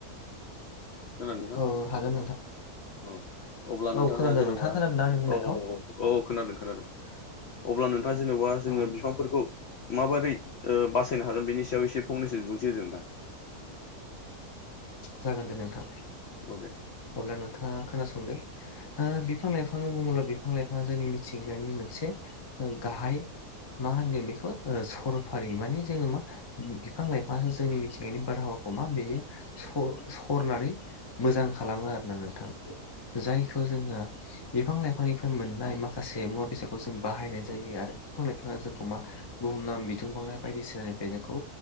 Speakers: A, on the left; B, on the left.
A: खोनादों नोंथां
B: औ हागोन
A: औ अब्ला नोंथाङा
B: औ खोनादों
A: जेनेबा
B: खोनादों आंनि बुंनायखौ
A: औ औ औ। अ खोनादों खोनादों अब्ला नोंथाङा जेनेबा जोङो
B: औ
A: बिफांफोरखौ
B: दे
A: माबोरै ओ बासायनो हागोन बेनि सायाव एसे फंनैसो बिबुंथि होदो नोंथां।
B: जागोन दे नोंथां
A: औ दे
B: अब्ला नोंथाङा खोनासंदो। ओ बिफां लाइफाङ बुङोब्ला बिफां लाइफाङा जोंनि मिथिंगानि मोनसे गाहाय मा होनगोन बेखौ ओ सरफारि माने जोङो मा बिफां लाइफांङानो जोंनि मिथिंगानि बारहावाखौ मा बेयो स-सरनानै मोजां खालामो आरोना नोंथां जायखौ जोङो बिफां लाइफांनिफ्राय मोननाय माखासे मुवा बेसादखौ जों बाहायनाय जायो आरो बिफां लाइफाङा जोंखौ मा बुहुम नाम बिदुं बावनाय बायदि सोलायनिफ्राय जोंखौ